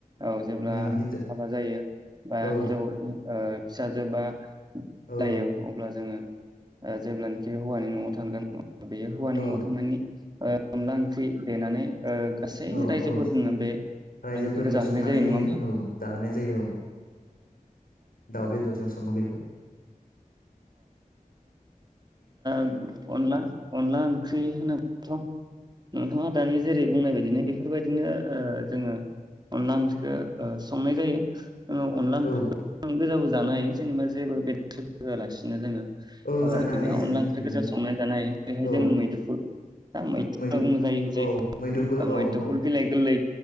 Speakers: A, on the right; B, on the left.
A: औ जेब्ला
B: उम हिनजाव
A: हाबा जायो बा
B: औ
A: हिनजाव ओ फिसाजोबा
B: औ
A: जायो अब्ला जोङो ए जेब्लानोखि हौवानि न'आव थांगोन बेयो हौवानि
B: औ
A: न'आव थांनायनि ओ अनला ओंख्रि देनानै ओ गासै
B: औ
A: रायजोफोरनो
B: औ
A: बे
B: रायजोफोरनो
A: ओंख्रिखौ जाहोनाय
B: संनानै
A: जायो
B: होयो
A: नङा होमबा
B: औ जाहोनाय जायो औ दाउ बेदरजों सङो बेखौ
A: ओ अनला -अनला ओंख्रि होनोब्लाथ' नोंथाङा दानि जेरै बुंनाय बायदिनो बेफोरबायदिनो जोङो अनला ओंख्रिखौ ओ संनाय जायो आङो अनला ओंख्रिखौ
B: औ
A: गोजाबो जानो हायो जेनेबा जेबो बेदर होआलासिनो जोङो ओरैनो
B: औ जानो हायो जोङो
A: अनला ओंख्रि
B: बिदिनो
A: गोजा संनानै जानो हायो बेहाय
B: औ
A: जोङो मैदुफुल दा मैदुना
B: मैदु
A: बङो जायो जायफोर
B: औ मैदुफुल औ
A: मैदुफुल
B: औ
A: बिलाइ गोरलै